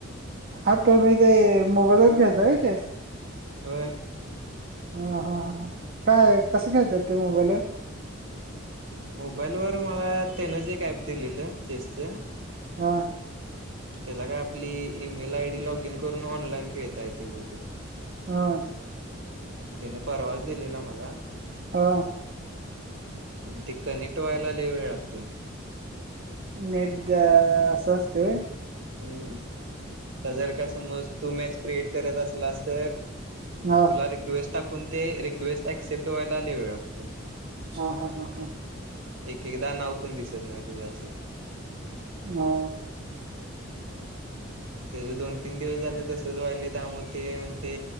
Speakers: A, on the right; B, on the right.
A: हा तर मी ते मोबाईलवर घेेतोय र तेस
B: हो
A: हा हा ह ह काय कसं घ्यायचं ते मोबाईल
B: मोबाईल वर मला त्यानच एक ऍप दिलेलं चेसच
A: हा
B: त्याला काय आपली email I D log in करून ऑनलाइन खेळतायेते भोती
A: हा
B: तिने परवाच दिलेला मला
A: हा
B: ते कनेक्ट व्हायलाला लई वेळ लागतो
A: नेट ग अस असत व्हय
B: हम्म तर जर का समज तू मॅच क्रिएट करत असलास तर
A: हा
B: तुला रिक्वेस्ट टाकून ते रिक्वेस्ट अक्सेप्ट व्हायला लई वेळ लागतो
A: हा हा हा हा
B: एक एकदा नाव पण दिसत नाही तुझं असेल
A: हो
B: ते ज दोन तीन दिवस झाले तसच वाहिले त्यामुळे ते म्हण ते